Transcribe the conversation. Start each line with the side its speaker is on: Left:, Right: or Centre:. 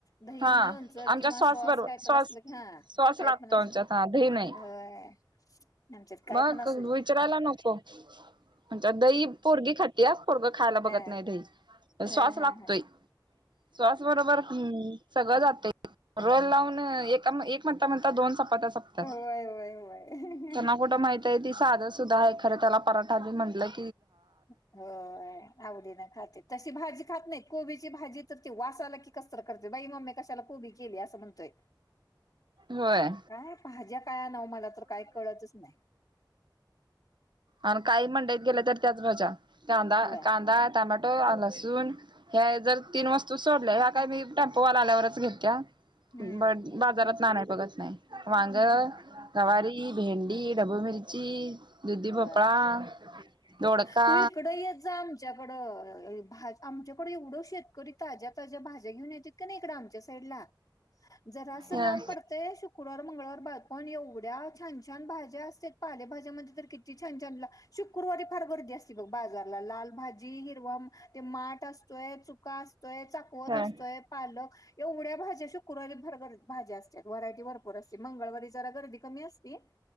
Left: दही,
Right: हा
Left: लोणचं
Right: आमच्या
Left: किंवा
Right: सॉस बरोबर
Left: काय तर
Right: सॉस
Left: असलं की हा
Right: साँस
Left: काय
Right: लागतो
Left: पण असू
Right: आमच्यात
Left: दे
Right: आ दही नाही.
Left: होय आमच्यात काय
Right: मग
Left: पण असू दे
Right: विचारायला नको, आमच्यात दही पोरगी खात्या. पोरगं खायाला
Left: हा
Right: बघत नाही दही
Left: हा
Right: साँस
Left: हा
Right: लागतोय,
Left: हा
Right: साँस बरोबर हम सगळं जातयं रोल लावून, एका एक म्हणता म्हणता दोन चपात्या सपतात.
Left: होय होय होय.
Right: त्यांना कुठं माहित आहे, ती साधं सुद्धा आहे खरे त्याला पराठा बी म्हटलंय.
Left: हो होय, आवडीन खात्यात तशी भाजी खात नाहीत, कोबीची भाजी तर वास आला की, कस तर करतयं बाई मम्मे कशाला कोबी केल्या असं म्हणतोय.
Right: होय
Left: काय भाज्या काय आणावं, मला तर काही कळतच नाही. <inaudible>
Right: आण काही मंडईत गेले तर त्याच भाज्या कांदा,
Left: होय
Right: कांदा, टमाटो ट आल लसून हे्या जर तीन वस्तू सोडल्या, ह्या काय मी टेम्पोवाला आल्यावरच घेतिया?
Left: हम्म
Right: बट बाजारातन आनाय बघत नाही वांग,
Left: हम्म हम्म हम्म.
Right: गवारी ती भेंडी, ढबू मिर्ची, दुधी भोपळा
Left: होय
Right: दोडका
Left: तू इकड येत जा आमच्याकडं अ अ भा आमच्याकड एवढं शेतकरी ताज्या ताज्या भाज्या घेऊन, येत्यात कनी इकडं आमच्या साइड ला जरा असं
Right: ह
Left: लांब पडतंय शुकूरवार मंगळवार बाज पण एवढ्या छान छान भाज्या असत्यात पालेभाज्यामध्ये तर किती छान छान शुकूरवारी फार गर्दी असती, बघ बाजारला लाल भाजी, हिरवा भा ते माठ असतोय, चुका असतो तोय, चाकवत
Right: ह
Left: असतोय, पालक एवढ्या भाज्या शुकुरवारी भरपूर भाज्या असत्यात, व्हरायटी भरपूर असते. मंगळवारी जरा गर्दी कमी असती